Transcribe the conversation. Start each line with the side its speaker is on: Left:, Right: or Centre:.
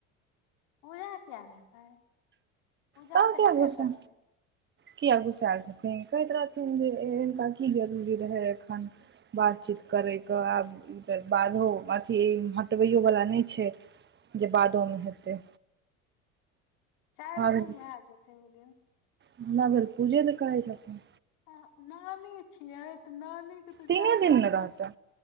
Left: पूजा किया नहि हेतै पूजा
Right: तब
Left: तऽ
Right: किया
Left: हेबे
Right: गुस्सा
Left: करतै
Right: किया घुसायल छथिन कहैत रहथिन जे हिनका की जरूरी रहै एखन बातचीत करयके आब ई त बाधो अथी हटबैओवला नहि छै जे बादोमे हेतय
Left: चारि दिन
Right: भेल
Left: भए जेतै ओ दिन
Right: हमरा घर पूजे ने करै छथिन
Left: अहां नानी छियै त नानी के त‌चारि
Right: तीने
Left: दिन
Right: ने
Left: स
Right: रहतै
Left: बै